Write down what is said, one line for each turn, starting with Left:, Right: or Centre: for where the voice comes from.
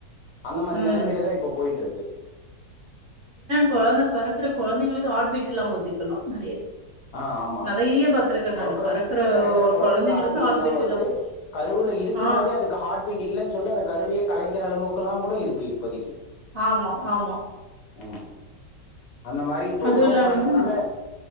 Left: அந்த மாரி
Right: ம்
Left: நிலைமையிலதான் இப்ப போயிட்டு இருக்கு
Right: குழந்த பொறக்கிற குழந்தைக்குக் ஹார்ட் பீட் இல்லாம வருது இப்ப எல்லா நெறைய
Left: ஆஹ் ஆமா
Right: நெறைய பாத்துருக்கே நானு
Left: பொறக்கற
Right: பெறக்குற
Left: பிறக்கற குழந்தைங்க
Right: கொழந்தைங்களுக்கு
Left: ஹார்பீட்
Right: ஹார்ட்
Left: இல்லாம
Right: பீட்
Left: வருது கருவுல இருக்கும்
Right: ஆ
Left: போதே அதுக்கு ஹார்ட்பீட் இல் சொல்லி அந்த கருவியை கலைக்கிற அளவுக்கு புக் எல்லா கூட இருக்கு இப்பதைக்கு
Right: ஆமா ஆமா
Left: உ அந்த மாரி இப்ப
Right: அதுவு
Left: உணவு
Right: இல்லாம
Left: பழக்கத்தால